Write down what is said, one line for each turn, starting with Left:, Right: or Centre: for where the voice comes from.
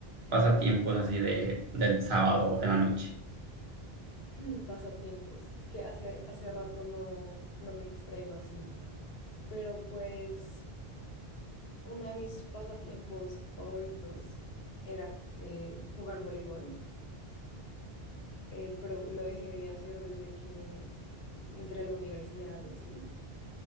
Right: pasatiempos así de, del sábado de la noche?
Left: <laughs> <clears throat> Pasatiempos. Es que hace, hace rato no, no me distraigo así. Pero pues uno de mis pasatiempos favoritos era eh, jugar voleibol, eh, pero lo dejé de hacer desde que entré a la universidad y así.